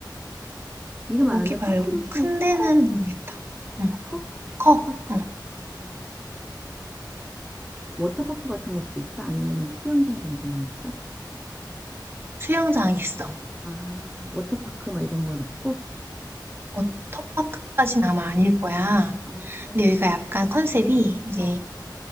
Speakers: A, in the centre; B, on the right.
A: 네가 말한
B: 거기
A: 데
B: 말고
A: 파크로슈
B: 큰 데는
A: 커?
B: 모르겠다. 응,
A: 커?
B: 커.
A: 파크.
B: 어,
A: 아, 워터파크 같은 것도 있어? 아니면은 그 수영장 정도만 있어?
B: 수영장 있어.
A: 아, 워터파크 막 이런 건 없고?
B: 워터파크까지는 아마 아닐 거야.
A: 어,
B: 근데 여기가 약간 컨셉이 이제
A: 어,